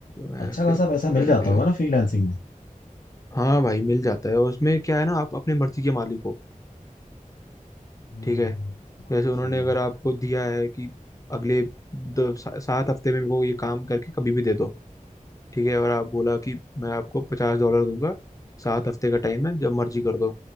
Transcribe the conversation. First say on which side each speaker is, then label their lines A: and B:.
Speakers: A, on the left (about 25°); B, on the left (about 80°).
A: मैं
B: अच्छा खासा
A: फिर
B: पैसा
A: कर
B: मिल जाता
A: दिया
B: होगा ना फ्रीलांसिंग में
A: हाँ भाई मिल जाता है और उसमें क्या है ना आप अपनी मर्जी के मालिक हो
B: हम्म,
A: ठीक है
B: बात
A: जैसे
B: तो
A: उन्होंने
B: सही है
A: अगर आपको दिया है कि अगले दो, सा, सात हफ्ते में मेरे को ये काम करके कभी भी दे दो ठीक है और आप बोला कि मैं आपको पचास डॉलर दूंगा सात हफ्ते का टाइम है जब मर्जी कर दो